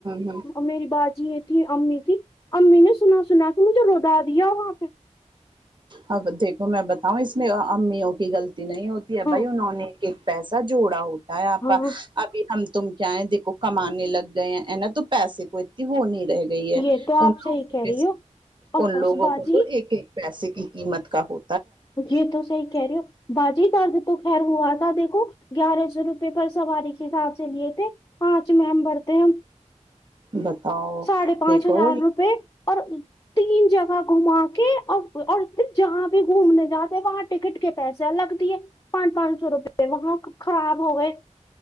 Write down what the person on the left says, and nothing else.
میری باجی یہ تھی امی تھی امی نے سنا سنا کے مجھے رو دیا وہاں پہ
ہاں
ہاں
یہ تو
آپ
صحیح کہہ رہی ہو اور
اس باجی
یہ تو صحیح کہہ رہے ہو باجی درد تو خیر ہوا تھا دیکھو گیارہ سو روپے پر سواری کے حساب سے لیے تھے پانچ ممبر تھے ہم
ساڑھے پانچ
ہزار روپے اور تین جگہ گھما کے اور اور پھر جہاں بھی گھومنے جاتے وہاں ٹکٹ کے پیسے الگ دیے پانچ پانچ سو روپے وہاں خراب ہو گئے